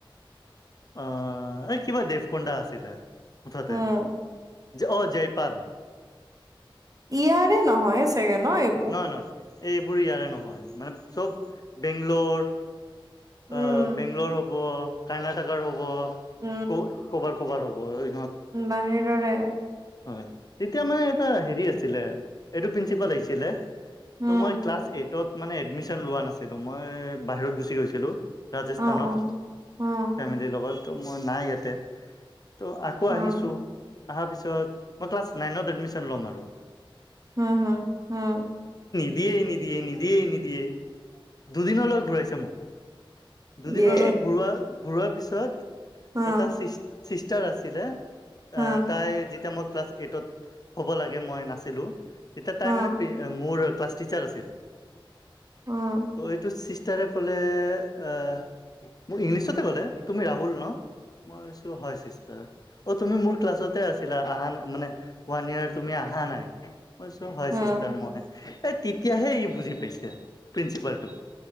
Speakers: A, on the left; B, on the right.
A: অ' এই কিবা দেৱ কুণ্ডা আছিলে। মুঠতে।
B: উম,
A: অ' জয়পাল।
B: ইয়াৰে নহয় চাগে ন'? এই
A: নহয়-নহয়, এইবোৰ ইয়াৰে নহয়। মানে চব বেংলোৰ,
B: উম,
A: অ' বেংলোৰ হ'ব, কৰ্ণাটকাৰ হ'ব,
B: উম,
A: কৰ-ক'বাৰ - ক'বাৰ হ'ব। ঐ
B: বাহিৰৰে।
A: হয়। তেতিয়া মানে এটা হেৰি আছিলে, এইটো প্ৰিঞ্চিপাল আহিছিলে
B: উম,
A: তো মই ক্লাছ এইটত মানে এডমিশন লোৱা নাছিলোঁ। মই বাহিৰত গুচি গৈছিলোঁ। ৰাজস্থানত,
B: অ', অ', অ',
A: ফেমিলিৰ লগত। তো মই নাই ইয়াতে। তো আকৌ
B: অ',
A: আহিছোঁ। আহাৰ পিছত, মই ক্লাছ নাইনত এডমিশন ল'ম আৰু।
B: হুম-হুম, হুম।
A: দিয়ে নিদিয়ে নি দিয়ে নিদিয়ে। দুদিনলৈ ঘূৰাইছে মোক। দুদিনলৈ
B: ইয়ে
A: ঘূৰোৱা ঘূৰোৱাৰ পিছত
B: অ',
A: এটা ছিষ্- ছিষ্টাৰ আছিলে,
B: হা,
A: অ'- তাই যেতিয়া মই ক্লাছ এইটত হ'ব লাগে, মই নাছিলোঁ, তেতিয়া তাই
B: অ',
A: মানে পে- মোৰ ক্লাছ টিচাৰ আছিল।
B: অ', উম,
A: তো এইটো ছিষ্টাৰে ক'লে অ' মোক ইংলিছতে ক'লে, তুমি ৰাহুল ন'? মই কৈ ছোঁ, হয় ছিষ্টাৰ। অ', তুমি মোৰ ক্লাছতে আছিলা আহা না মানে ওৱান ইয়াৰ তুমি আহা নাই। মই কৈছোঁ, হয়
B: উম,
A: ছিষ্টাৰ। মই এই তেতিয়াহে ই বুজি পাইছে, প্ৰিঞ্চিপালটো।